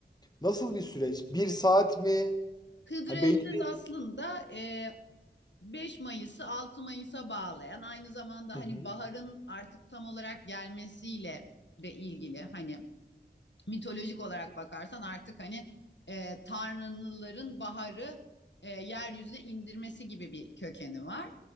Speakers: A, on the left; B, on the left.
A: nasıl bir süreç? Bir saat mi?
B: Hıdrellez
A: Hani belli
B: aslında e, 5 Mayıs'ı 6 Mayıs'a bağlayan aynı zamanda
A: değil.
B: hani baharın artık tam olarak gelmesiyle de ilgili hani mitolojik olarak bakarsan artık hani e, tanrıların baharı e, yeryüzüne indirmesi gibi bir kökeni var.